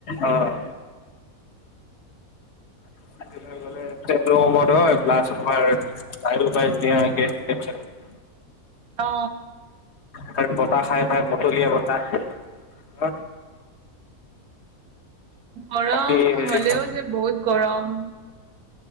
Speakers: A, on the left; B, on the right.
A: অ'। <inaudible>
B: অ
A: তি বতাহ খাই খাই বতলীয়া বতাহ হ।
B: গৰম
A: বাকী হেৰি
B: হ'লেও যে বহুত গৰম।